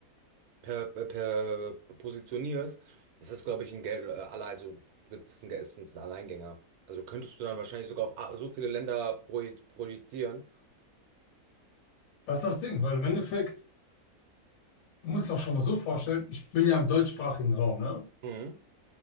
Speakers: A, on the right; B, on the left.
A: per, per, per positionierst, ist das, glaube ich, ein Geld, äh, alle- also wird es ein, ist es ein Alleingänger. Also könntest du dann wahrscheinlich sogar auf a- so viele Länder proj projizieren.
B: Das ist das Ding, weil im Endeffekt, du musst sich auch schon mal so vorstellen, ich bin ja im deutschsprachigen Raum, ne?
A: Mhm.